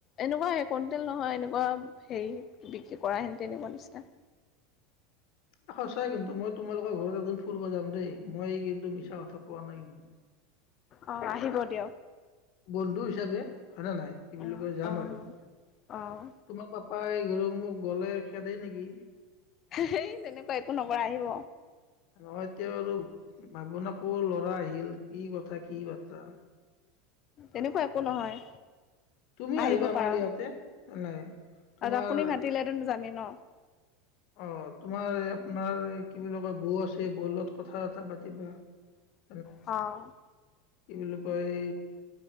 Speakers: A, on the left; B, on the left.
A: এনেকুৱায়ে কনটেল নহয়, এনেকুৱা হেৰি বিক্ৰী কৰা হেন তেনেকুৱা। <unintelligible>
B: অহ, সঁচা কিন্তু মই তোমালোকৰ ঘৰত এদিন ফুৰিব যাম দেই, মই কিন্তু মিছা কথা কোৱা নাই কিন্তু।
A: অ' আহিব
B: <unintelligible>
A: দিয়ক
B: বন্ধু হিচাপে। হয় নে নাই, কি বুলি
A: অ'
B: কৈ যাম
A: অ'।
B: আৰু।
A: অ'
B: তোমাৰ পাপাই ঘূৰ মোক গ'লে খেদে নেকি
A: সেই তেনেকুৱা একো নকৰে আহিব।
B: নহয় তেওঁ আৰু ভাবনা কৰ ল'ৰা আহিল, কি কথা কি বাৰ্তা।
A: তেনেকুৱা একো নহয়।
B: তুমি
A: আহিব
B: আহিবা
A: পাৰা
B: আমাৰ ইয়াতে, জাল নাই। তোমাৰ
A: আৰু আপুনি মাতিলেতো যামেই ন।
B: অহ, তোমাৰ আপোনাৰ কি বুলি কয় বৌ আছে, বৌ লগত কথা-চথা পাতিবা। <inaudible>
A: অহ।
B: কি বুলি কয়,